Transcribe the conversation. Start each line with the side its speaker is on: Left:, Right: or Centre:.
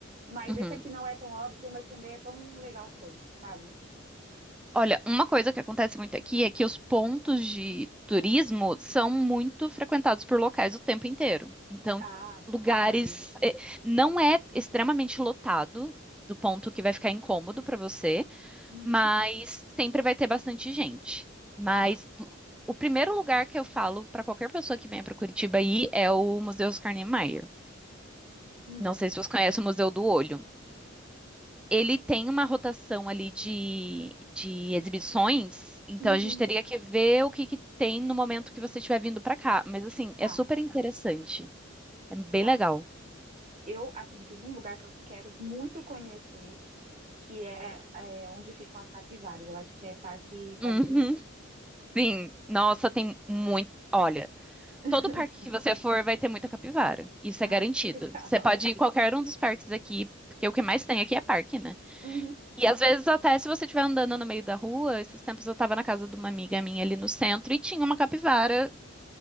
Right: mas
Centre: uhum.
Right: esse aqui não é tão óbvio, mas também é tão legal quanto, sabe?
Centre: Olha, uma coisa que acontece muito aqui é que os pontos de turismo são muito frequentados por locais o tempo inteiro. Então,
Right: Ah,
Centre: lugares.
Right: não sabia.
Centre: eh, Não é extremamente lotado, do ponto que vai ficar incômodo para você,
Right: Uhum,
Centre: mas sempre vai ter bastante gente. Mas
Right: tá.
Centre: o primeiro lugar que eu falo para qualquer pessoa que venha para Curitiba aí é o Museu Oscar Niemeyer.
Right: Hum,
Centre: Não sei se você conhece o Museu do Olho. Ele tem uma rotação ali de, de exibições, então
Right: uhum,
Centre: a gente teria que ver o que que tem no momento que você estiver vindo pra cá. Mas assim,
Right: tá,
Centre: é super interessante. É bem
Right: tá.
Centre: legal.
Right: Eu, assim, tem um lugar que eu quero muito conhecer, que é, é, onde ficam as capivaras. Eu acho que é Parque
Centre: Uhum,
Right: Barigui.
Centre: sim. Nossa, tem muito. Olha,
Right: <laughs>
Centre: todo parque que você for vai ter muita capivara. Isso
Right: Ah,
Centre: é garantido.
Right: que legal.
Centre: Você pode ir em qualquer um dos parques aqui, porque o que mais tem aqui é parque, né?
Right: Uhum.
Centre: E às vezes até se você estiver andando no meio da rua, esses tempos eu tava na casa de uma amiga minha ali no centro e tinha uma capivara